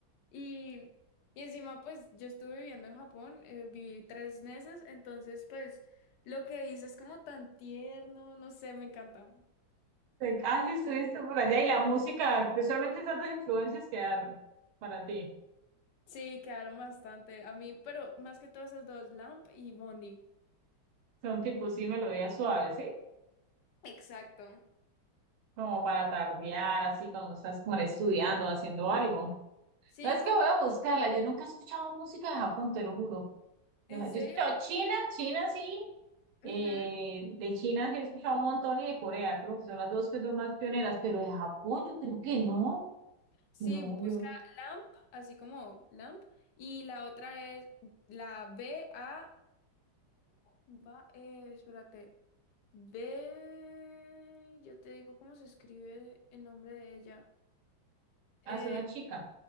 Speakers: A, on the left; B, on the right.
A: Y, y encima, pues yo estuve viviendo en Japón, eh, viví tres meses, entonces, pues lo que dice es como tan tierno, no sé, me encanta.
B: Te- Ah, sí, estuviste por allá y la música, que solamente esas dos influencias quedaron para ti.
A: Sí, quedaron bastante. A mí, pero más que todas esas dos, Lamp y Bondi.
B: Son tipo, sí, melodías suaves, ¿sí?
A: Exacto.
B: Como para tardear, así, cuando estás como estudiando, haciendo algo.
A: Sí,
B: ¿Sabes
A: como
B: qué Voy a buscarla. Yo nunca he escuchado música de Japón, te lo juro. Yo,
A: ¿En
B: yo
A: serio?
B: he escuchado China, China sí. eh,
A: Ujú.
B: de China sí he escuchado un montón y de Corea, creo que son las dos que son más pioneras, pero de Japón yo creo que no.
A: Sí,
B: No,
A: busca
B: yo
A: LAMP, así como LAMP, y la otra es la B-A-U, va, eh, espérate, B, yo te digo cómo se escribe el nombre de ella. Eh,
B: Ah, es una chica.